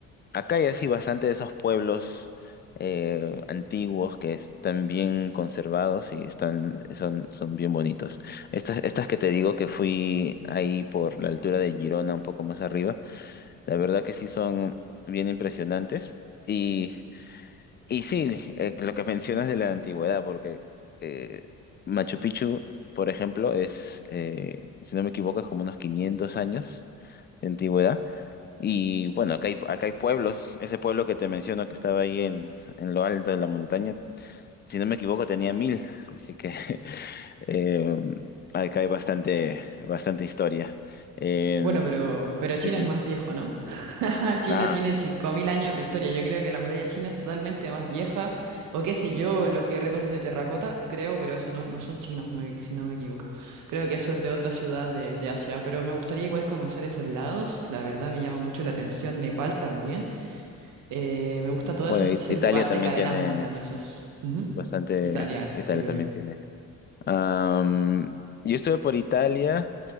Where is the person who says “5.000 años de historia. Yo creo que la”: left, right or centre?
Right